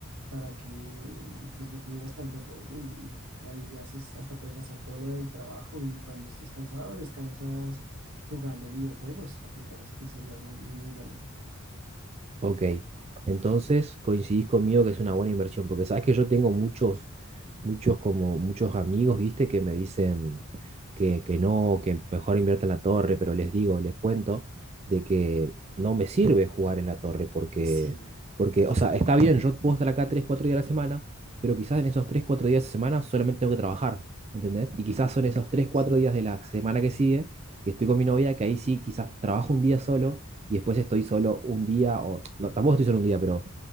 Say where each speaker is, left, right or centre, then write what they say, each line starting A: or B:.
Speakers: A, on the right; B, on the right.
A: para que pues no tuvieras tanto rollo y, y ahí haces, hasta puedes hacer todo lo del trabajo y cuando estés cansado descansas jugando videojuegos. Me parece que sería muy, muy, muy bueno.
B: Ok, entonces coincidís conmigo que es una buena inversión, porque sabes que yo tengo muchos, muchos como muchos amigos, viste, que me dicen que, que no, que mejor invierta en la torre, pero les digo, les cuento de que no me sirve jugar en la torre, porque,
A: Sí,
B: porque, o sea, está bien, yo puedo estar acá 3 4 días a la semana, pero quizás en esos 3 4 días de semana solamente tengo que trabajar, ¿entendés? Y quizás son esos 3 cuatro
A: sí.
B: días de la semana que sigue, que estoy con mi novia, que ahí sí, quizás trabajo un día solo y después estoy solo un día, o no, tampoco estoy solo un día, pero